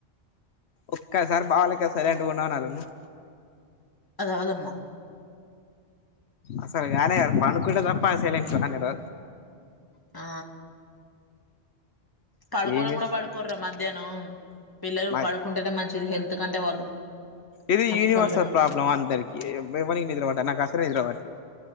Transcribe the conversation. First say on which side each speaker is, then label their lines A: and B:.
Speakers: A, on the left; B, on the left.
A: ఒక్కసారి బావ లెక సైలెంట్ గా ఉన్నావు రా నువ్
B: అదవదమ్మా
A: అసలు కానే కాదు పనుకుంటే తప్ప సేలేన్ట్ రానే రాదు
B: ఆ పడుకోవడం
A: ఏంది
B: కూడా పడుకోరరా మధ్యాహ్నం పిల్లలు
A: మా
B: పడుకుంటేనే మంచిది హెల్త్ కంటే వాళ్ళు
A: ఇది
B: అస్సలు
A: యూనివర్సల్
B: వినరు
A: ప్రాబ్లం అందరికి ఎవరి నిద్రబడటారు నాకు అసలు నిద్ర పడదు